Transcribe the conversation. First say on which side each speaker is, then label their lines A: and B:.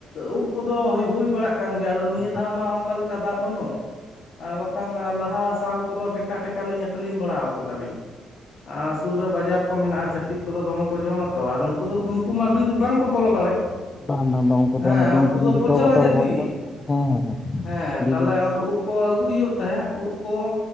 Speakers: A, on the left (about 65°); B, on the left (about 30°).
A: ᱩᱫᱽ ᱠᱚᱫᱚ ᱦᱩᱭ ᱦᱩᱭ ᱵᱟᱲᱟᱜ ᱠᱟᱱ ᱜᱮᱭᱟ ᱟᱫᱚ ᱱᱤᱭᱟᱹ
B: ᱵᱟᱝ
A: ᱫᱷᱟᱣ ᱢᱟ ᱚᱝᱠᱟ ᱞᱮᱠᱟ ᱫᱟᱜ ᱵᱟᱹᱱᱩᱜ᱾ ᱟᱨ ᱵᱟᱠᱷᱟᱱ ᱞᱟᱦᱟ ᱥᱟᱞ ᱠᱚᱫᱚ ᱴᱷᱮᱠᱟ ᱴᱷᱮᱠᱟ ᱞᱤᱧ ᱟᱹᱠᱷᱞᱤᱧ ᱵᱟᱲᱟᱣ ᱠᱟᱫᱟ ᱞᱤᱧ᱾ ᱟᱨ ᱥᱩᱨ ᱨᱮ ᱵᱟᱡᱟᱨ ᱠᱚ ᱢᱮᱱᱟᱜ-ᱟ, ᱪᱷᱟᱹᱛᱤᱠ ᱠᱚᱫᱚ ᱫᱚᱢᱮ ᱠᱚ ᱡᱚᱢᱟ ᱛᱚ ᱟᱨ ᱩᱱ ᱠᱩᱫᱩᱢ ᱩᱱᱠᱩ ᱢᱟ ᱵᱤᱨ ᱵᱟᱝᱠᱚ ᱵᱚᱞᱚ ᱫᱟᱲᱮᱜ᱾
B: ᱵᱟᱝ ᱵᱟᱝ ᱩᱱᱠᱩ
A: ᱦᱮᱸ
B: ᱫᱚ ᱚᱱᱮ ᱵᱤᱧ
A: ᱩᱝᱠᱩ
B: ᱠᱤᱫᱤᱧ
A: ᱫᱚ ᱯᱚᱪᱨᱟ
B: ᱜᱮᱠᱚ ᱵᱚᱛᱚᱨ
A: ᱡᱟᱛᱤ,
B: ᱠᱚᱣᱟ ᱠᱚ ᱦᱮᱸ ᱦᱮᱸ ᱦᱮᱸ
A: ᱦᱮᱸ ᱛᱟᱞᱦᱮ
B: ᱵᱤᱧ
A: ᱩᱫᱽ ᱠᱚ ᱟᱹᱜᱩᱭ ᱦᱩᱭᱩᱜ ᱛᱟᱦᱮᱸᱜ ᱩᱫᱽ ᱠᱚ